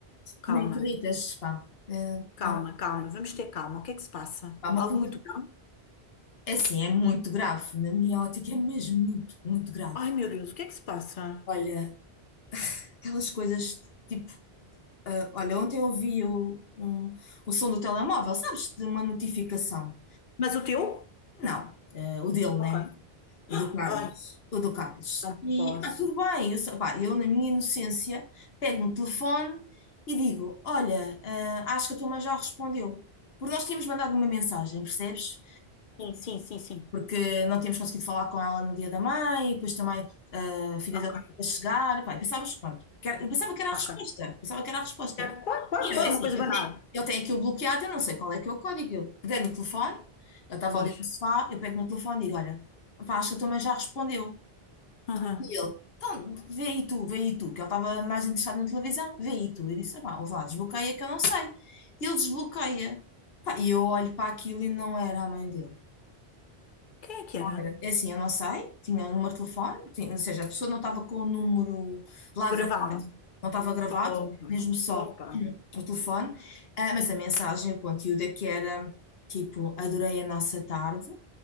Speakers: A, on the left; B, on the left.
A: calma,
B: nem acreditas, pá. Eh,
A: calma,
B: dá-
A: calma, vamos ter calma, o que é que se passa?
B: pá, uma
A: Algo
B: coisa,
A: muito grave?
B: é assim, é muito grave. Na minha ótica, é mesmo muito, muito grave.
A: Ai, meu Deus, o que é que se passa?
B: Olha, aquelas coisas, tipo, eh, olha, ontem eu ouvi o, um- o som do telemóvel, sabes? De uma notificação.
A: Mas o teu?
B: Não, eh, o dele, né?
A: Ok.
B: O do Carlos,
A: Ai,
B: o do Carlos.
A: não
B: E,
A: posso.
B: ah, tudo bem, eu, só- pá, eu na minha inocência pego no telefone e digo, olha, ah, acho que a tua mãe já respondeu. Porque nós tínhamos mandado uma mensagem, percebes?
A: Sim, sim, sim, sim.
B: Porque não tínhamos conseguido falar com ela no dia da mãe, e depois também ah, a filha
A: Ok,
B: dele estava a chegar, pá, e pensávamos, pronto, que era- eu pensava que era a
A: ok.
B: resposta, pensava que era a resposta.
A: Certo, Claro, claro,
B: E
A: claro,
B: eu, assim,
A: uma coisa
B: eu
A: banal.
B: tenho, eu tenho aquilo bloqueado, eu não sei qual é que é o código, eu peguei no telefone, eu estava
A: Pois.
B: ali no sofá, eu pego no telefone e digo, olha, pá, acho que a tua mãe já respondeu.
A: Aham.
B: E ele, então, vê aí tu, vê aí tu, que ele estava mais interessado na televisão, vê aí tu. Eu disse, ah, pá, ouve lá, desbloqueia que eu não sei. E ele desbloqueia. Pá, e eu olho para aquilo e não era a mãe dele.
A: Quem é que era?
B: era. É assim, eu não sei, tinha um número de telefone, tinha- ou seja, a pessoa não estava com o número lá,
A: Gravaram.
B: gra- não estava gravado,
A: Opa,
B: mesmo só
A: opa.
B: o telefone, Ah, mas a mensagem, o conteúdo é que era tipo, adorei a nossa tarde,